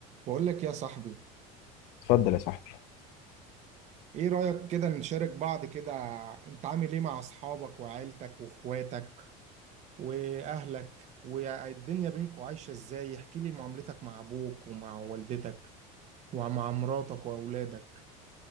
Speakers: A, on the right (about 45°); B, on the left (about 65°).
A: بقول لك يا صاحبي
B: اتفضل يا صاحبي
A: ايه رأيك كده نشارك بعض كده انت عامل ايه مع اصحابك وعيلتك واخواتك واهلك والدنيا بينكم عايشة ازاي احكي لي معاملتك مع ابوك ومع والدتك ومع مراتك واولادك